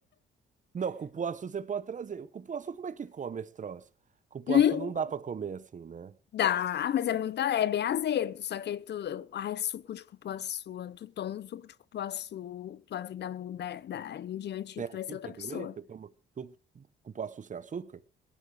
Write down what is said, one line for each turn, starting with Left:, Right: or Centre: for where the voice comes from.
Right: Não, cupuaçu você pode trazer. O Cupuaçu, como é que come esse troço? Cupuaçu
Left: Hum?
Right: não dá pra comer assim, né?
Left: Dá, mas é muito, é bem azedo. Só que aí tu, eu- ai, suco de cupuaçu, tu toma um suco de cupuaçu, tua vida muda dali em diante,
Right: Açúcar
Left: tu vai ser outra pessoa.
Right: também? Você toma tu- cupuaçu sem açúcar?